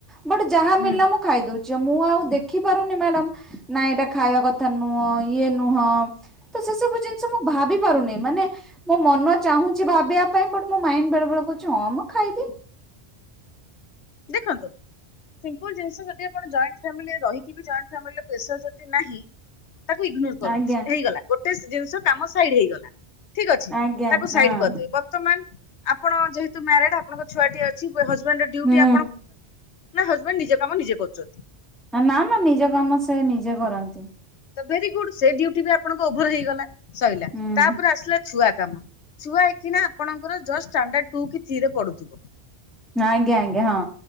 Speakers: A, in the centre; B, on the left.
A: ବଟ୍ ଯାହା
B: ହୁଁ
A: ମଳିଲା ମୁଁ ଖାଇଦଉଛି। ମୁଁ ଆଉ ଦେଖିପାରୁନି ମ୍ୟାଡାମ ନାଇଁ ଏଇଟା ଖାଇବା କଥା ନୁହଁ ଇଏ ନୁହଁ ତ ସେ ସବୁ ଜିନିଷ ମୁଁ ଭାବି ପାରୁନି ମାନେ ମୋ ମନ ଚାହୁଁଛି ଭାବିବା ପାଇଁ ମୋ ମାଇଣ୍ଡ ବେଳେ ବେଳେ ହଁ ମ ଖାଇଦିଏ।
B: ଦେଖନ୍ତୁି ସିମ୍ପୁଲ ଜିନିଷ ଯଦି ଆପଣ ଯଏଣ୍ଟ ଫାମିଲିରେ ରହିିକିବି ଯଏଣ୍ଡ ଫେସର ଯଦି ନାହିଁ ତାକୁ ଇ୍ଗନୋର କରନ୍ତୁ
A: ଆଜ୍ଞା
B: ସେ ହେଇଗଲା। ଗୋଟେ ଜିନିଷ କାମ ସାଇଡ ହେଇଗଲା। ଠିକ୍ ଅଛି
A: ଆଜ୍ଞା
B: ତାକୁ ସାଇଡ
A: ହଁ
B: କରିଦେ ବର୍ତ୍ତମାନ? ଆପଣ ଯେହେତୁ ମ୍ୟାରେଡ ଆପଣଙ୍କ ଛୁଆଟି ଅଛି ହଜବେଣ୍ଡର ଡିଉଟି
A: ହୁଁ
B: ଆ ନା ହଜବେଣ୍ଡ ନିଜେ କାମ ନିଜେ କରୁଛନ୍ତି।
A: ନା ନା ନିଜ କାମ ସେ ନିଜେ କରନ୍ତି।
B: ତ ଭେରି ଗୁଡ ସେ ଡଟି ବି ଆପଣଙ୍କ ଓଭର ହେଇଗଲା। ସଇଲା
A: ହୁଁ
B: ତାପରେ ଆସିଲା ଛୁଆ କାମ ଛୁଆ ଏଇନା ଆପଣଙ୍କର ଜଷ୍ଟ ଷ୍ଟାଣ୍ଡାଡ ଟୁ କି ଥ୍ରୀ‌ ରେ ପଢୁଥିବ।
A: ଆଜ୍ଞା ଆଜ୍ଞା ହଁ।